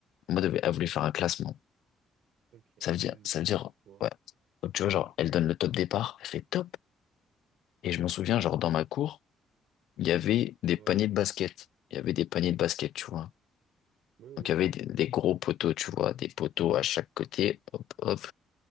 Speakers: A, on the left; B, on the right.
A: En mode, elle voulait faire un classement.
B: Ok.
A: Ça veut dire,
B: Hmm,
A: ça veut dire,
B: Je vois.
A: ouais. Donc, tu vois, genre, elle donne le top départ, elle fait top. Et je m'en souviens, genre, dans ma cour, il y avait des
B: Ouais.
A: paniers de basket. Il y avait des paniers de basket, tu vois.
B: Oui, oui,
A: Donc, il
B: je
A: y avait
B: vois.
A: des, des gros poteaux, tu vois, des poteaux à chaque côté, hop, hop.